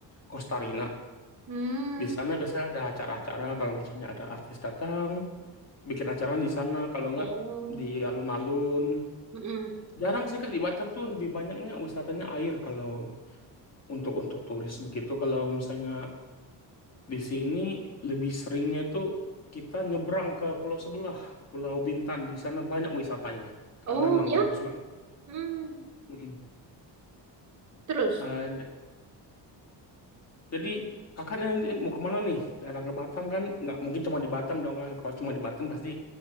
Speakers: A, on the left; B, on the right.
A: Kostarina.
B: Hmm.
A: Di sana biasanya ada acara-acara kalau misalnya ada artis datang bikin acara di sana kalau nggak
B: Oh,
A: di alun-alun.
B: hmm.
A: Jarang sih Kak di Batam tuh lebih banyaknya wisatanya air kalau untuk untuk turis begitu kalau misalnya Di sini lebih seringnya itu kita nyebrang ke pulau sebelah, Pulau Bintan. Di sana banyak wisatanya, karena
B: Oh
A: emang
B: ya?
A: bagus banget.
B: Hmm.
A: Mm-mm.
B: Terus?
A: Eh, j- jadi kakaknya nanti mau kemana nih? Datang ke Batam kan nggak mungkin cuma di Batam dong. Kak. Kalau cuma di Batam pasti